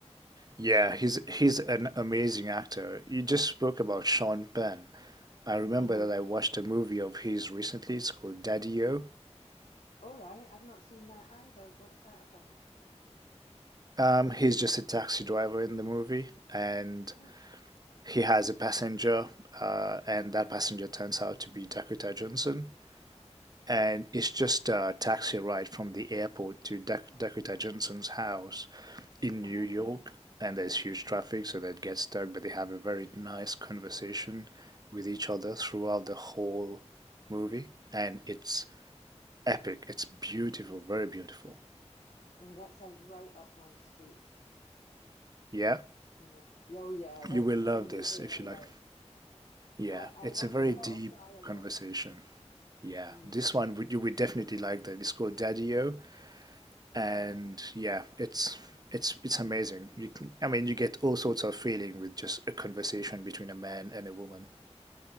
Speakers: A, on the right (about 35°); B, on the left (about 80°).
A: Yeah, he's he's an amazing actor. You just spoke about Sean Penn. I remember
B: Uh-huh.
A: that I watched a movie of his recently. It's called Daddy-O.
B: All right, I've not seen that either. What's that about?
A: Um, he's just a taxi driver in the movie, and
B: Oh,
A: he has a passenger, uh, and that passenger turns out to be Dakota Johnson. And it's just a taxi ride from the airport to Dak Dakota Johnson's house. in New
B: uh-huh.
A: York, and there's huge traffic, so they get stuck, but they have a very nice conversation with each other throughout the whole movie, and it's epic. It's beautiful, very beautiful.
B: Oh, that sounds right up my street.
A: Yeah,
B: Yeah. Oh, yeah. That's
A: you will
B: the
A: love
B: kind of
A: this
B: movie
A: if
B: I
A: you
B: like.
A: like. Yeah,
B: I, I
A: it's
B: like
A: a very
B: a lot
A: deep
B: of dialogue.
A: conversation. Yeah,
B: Mm,
A: this one you would definitely like that. It's called Daddy-O, and
B: uh-huh.
A: yeah, it's it's it's amazing. You can, I mean, you get all sorts of feeling with just a conversation between a man and a woman.